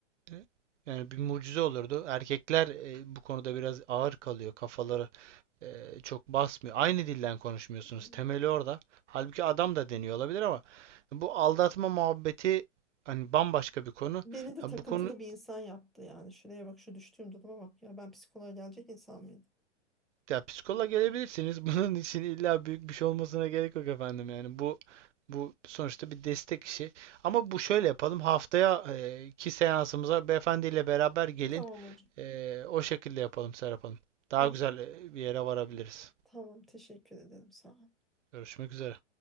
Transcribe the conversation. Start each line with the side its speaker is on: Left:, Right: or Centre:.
Right: e, yani bir mucize olurdu. Erkekler e, bu konuda biraz ağır kalıyor. Kafaları e, çok basmıyor. Aynı dilden konuşmuyorsunuz.
Centre: Hmm.
Right: Temeli orada. Halbuki adam da deniyor olabilir ama bu aldatma muhabbeti hani bambaşka bir konu.
Centre: Beni de
Right: Ha,
Centre: takıntılı
Right: bu konu
Centre: bir insan yaptı yani. Şuraya bak şu düştüğüm duruma bak ya. Ben psikoloğa gelecek insan mıydım?
Right: ya psikoloğa gelebilirsiniz. <laughs> Bunun için illa büyük bir şey olmasına gerek yok efendim. Yani bu bu sonuçta bir destek işi. Ama bu şöyle yapalım. Haftaya e, ki seansımıza beyefendiyle beraber gelin.
Centre: Tamam hocam.
Right: E, o şekilde yapalım Serap Hanım. Daha
Centre: Tamam.
Right: güzel e, bir yere varabiliriz.
Centre: Tamam teşekkür ederim. Sağ ol.
Right: Görüşmek üzere.